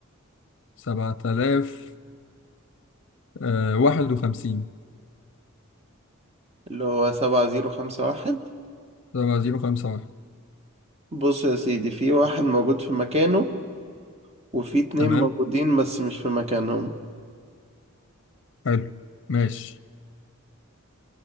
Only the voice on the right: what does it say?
اللي هو سبعة زيرو خمسة واحد
بص يا سيدي في واحد موجود في مكانه وفي اتنين
موجودين بس مش في مكانهم